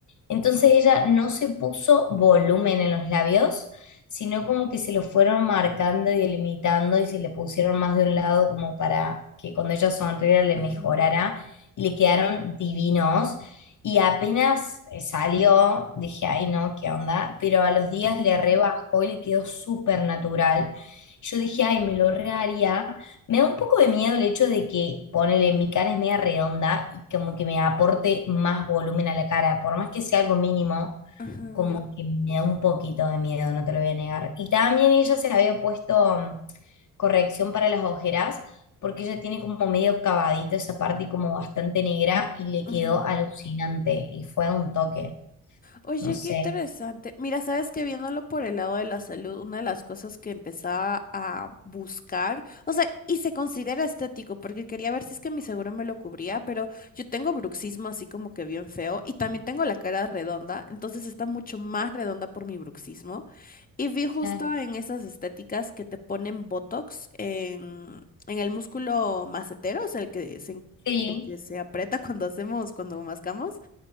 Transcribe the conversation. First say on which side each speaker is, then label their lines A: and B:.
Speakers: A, on the left; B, on the left.
A: Entonces ella no se puso volumen en los labios, sino como que se los fueron marcando y delimitando y se le pusieron más de un lado como para que cuando ella sonriera le
B: ajá,
A: mejorara y le quedaron divinos. Y apenas eh, salió, dije, ay no, ¿qué onda? Pero a los días
B: <laughs>
A: le rebajó y le quedó súper natural. Yo dije, ay, me lo reharía me da un poco de miedo el hecho de que, ponele, mi cara es media redonda y como que me aporte más volumen a la cara, por más que sea algo mínimo,
B: ajá,
A: como que me da un poquito de miedo, no te lo voy a negar. Y también ella se había puesto mm, corrección para las ojeras, porque ella tiene como medio cavadito esa parte y como bastante negra y le
B: ajá.
A: quedó alucinante y fue un toque,
B: Oye,
A: no sé.
B: qué interesante. Mira, sabes que viéndolo por el lado de la salud, una de las cosas que empezaba a buscar, o sea, y se considera estético, porque quería ver si es que mi seguro me lo cubría, pero yo tengo bruxismo así como que bien feo, y también tengo la cara redonda, entonces está mucho más redonda por mi bruxismo. Y vi justo
A: Claro,
B: en esas estéticas que te ponen Botox en, en el músculo macetero, o sea, el que se,
A: Sí,
B: el que se aprieta <laughs> cuando hacemos, cuando mascamos.